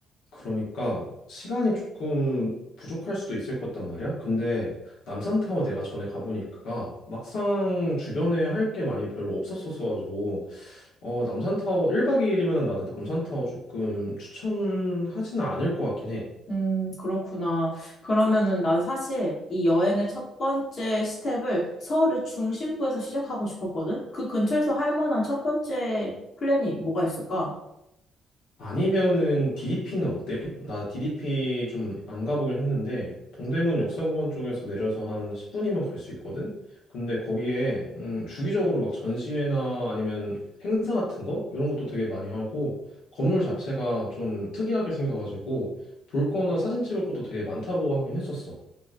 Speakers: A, on the left (about 85°); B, on the left (about 55°).
A: 그러니까 시간이 조금 부족할 수도 있을 것 같단 말이야. 근데 남산타워 내가 전에 가보니까 막상 주변에 할 게 많이 별로 없었어가지고 어, 남산타워 1박 2일이면 나는 남산타워 조금 추천하지는 않을 것 같긴 해.
B: 음, 그렇구나. 그러면은 난 사실 이 여행의 첫 번째 스텝을 서울의 중심부에서 시작하고 싶었거든? 그 근처에서 할 만한 첫 번째 플랜이 뭐가 있을까?
A: 아니면은 DDP는 어때? 나 DDP 좀 안 가보긴 했는데 동대문 역사공원 쪽에서 내려서 한 10분이면 갈 수 있거든? 근데 거기에 음, 주기적으로 막 전시회나 아니면 행사 같은 거 이런 것도 되게 많이 하고 건물 자체가 좀 특이하게 생겨가지고 볼 거나 사진 찍을 것도 되게 많다고 하긴 했었어.